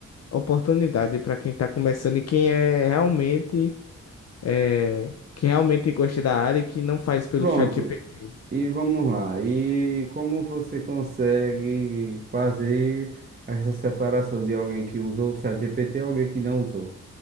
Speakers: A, on the left; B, on the right.
A: oportunidade para quem está começando e quem é realmente, é, que realmente gosta da área e que não faz pelo
B: Pronto.
A: ChatGPT.
B: E vamos lá. E como você consegue fazer essa separação de alguém que usou o ChatGPT e alguém que não usou?